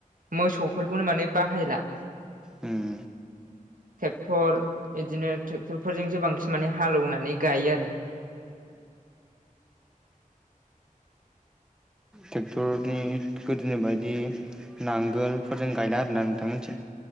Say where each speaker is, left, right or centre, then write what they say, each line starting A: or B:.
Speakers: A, on the right; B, in the centre.
A: मोसौफोरखौनो माने बाहायला
B: उम।
A: थेक्थर इदिनो थेक्थरफोरजोंसो बांसिन माने हालेवनानै गायो आरो।
B: थेक्थरनि गोदोनि बायदि नांगोलफोरजों गायला आरोना नोंथांमोन्थिं